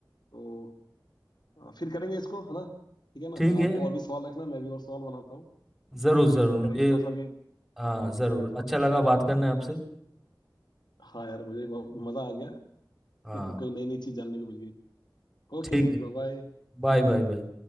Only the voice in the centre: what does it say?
ठीक है
जरूर जरूर
मुझे
हाँ
जरूर
अच्छा लगा बात करने आपसे
हाँ
ठीक है
बाय बाय बाय